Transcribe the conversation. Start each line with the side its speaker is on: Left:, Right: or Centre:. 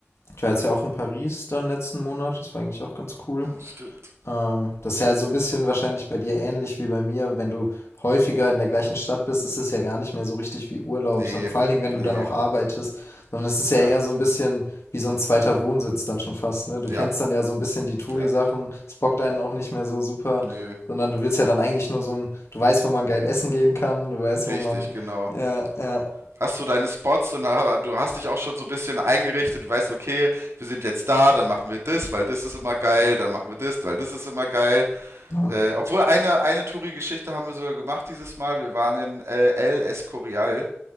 Left: Ich war jetzt ja auch in Paris dann letzten Monat, das war eigentlich auch ganz cool.
Right: stimmt.
Left: Ähm, das ist ja so ein bisschen wahrscheinlich bei dir ähnlich wie bei mir. Wenn du häufiger in der gleichen Stadt bist, ist es ja gar nicht mehr so richtig wie Urlaub,
Right: Nee,
Left: sondern vor allen Dingen, wenn du
Right: nee,
Left: dann auch arbeitest, sondern es ist ja
Right: ja,
Left: eher so ein bisschen wie so ein zweiter Wohnsitz dann schon fast, ne? Du
Right: ja,
Left: kennst dann ja so ein bisschen die Touri-Sachen,
Right: ja,
Left: es bockt einen auch nicht mehr so super,
Right: nö,
Left: sondern du willst ja dann eigentlich nur so ein, du weißt, wo man geil essen gehen kann, du weißt, wo
Right: richtig,
Left: man,
Right: genau.
Left: ja, ja,
Right: Hast du deine Spots und du hast dich auch schon so ein bisschen eingerichtet, du weißt, okay, wir sind jetzt da, dann machen wir das, weil das ist immer geil, dann machen wir das, weil das ist immer geil.
Left: ja,
Right: Äh, obwohl eine, eine Touri-Geschichte haben wir sogar gemacht dieses Mal. Wir waren in äh, El Escorial.